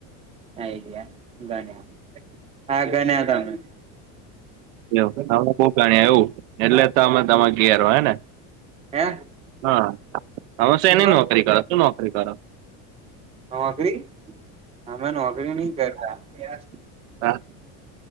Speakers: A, on the right (about 15°); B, on the right (about 85°).
A: આઈ ગયા ગણ્યાં હા ગણ્યા તા મેં
B: જો અમે બઉ ગણ્યા એવું એટલે તો અમે તમાર ઘેર હેને.
A: હે
B: હા હવે સેની
A: શું કો
B: નોકરી કરો શું નોકરી કરો
A: નોકરી અમે નોકરી નહી કરતા હ
B: હા